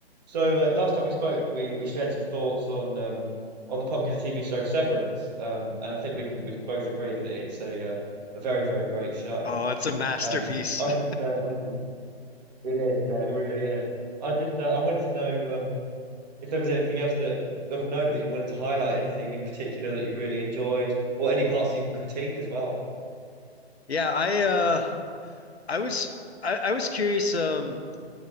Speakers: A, on the right; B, on the left.
A: So uh, last time we spoke, we we shared some thoughts on um on the popular TV show Severance, um, and I think we can we can both agree that it's a uh, a very very great show.
B: Oh, it's a masterpiece.
A: Um, I
B: <laughs>
A: just uh, wanted to. It is, yeah, it really is. I just uh, I wanted to know um if there was anything else that of note that you wanted to highlight, anything in particular that you really enjoyed, or any parts that you can critique as well.
B: Yeah, I uh I was I, I was curious, um